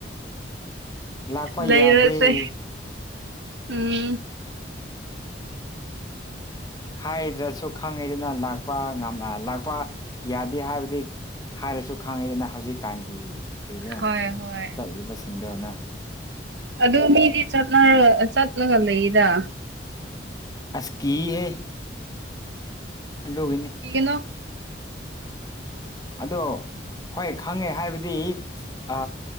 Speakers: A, on the left; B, on the right.
A: ꯂꯥꯛꯄ
B: ꯂꯩꯔꯁꯦ
A: ꯌꯥꯗꯦ
B: ꯎꯝ
A: ꯍꯥꯏꯗ꯭ꯔꯁꯨ ꯈꯪꯉꯤꯗꯅ ꯂꯥꯛꯄ ꯉꯝ ꯑ ꯂꯥꯛꯄ ꯌꯥꯗꯦ ꯍꯥꯏꯕꯗꯤ ꯍꯥꯏꯔꯁꯨ ꯈꯪꯉꯤꯗꯅ ꯍꯧꯖꯤꯛꯀꯥꯟꯒꯤ ꯀꯔꯤꯔ
B: ꯍꯣꯏ ꯍꯣꯏ
A: ꯆꯠꯂꯤꯕꯁꯤꯡꯗꯣꯅ
B: ꯑꯗꯨ ꯃꯤꯗꯤ ꯆꯠꯅꯔ ꯑ ꯆꯠꯂꯒ ꯂꯩꯗ
A: ꯑꯁ ꯀꯤꯍꯦ ꯑꯗꯨꯒꯤꯅꯤ
B: ꯀꯤꯒꯅꯣ
A: ꯑꯗꯣ ꯍꯣꯏ ꯈꯪꯉꯦ ꯍꯥꯏꯕꯗꯤ ꯑ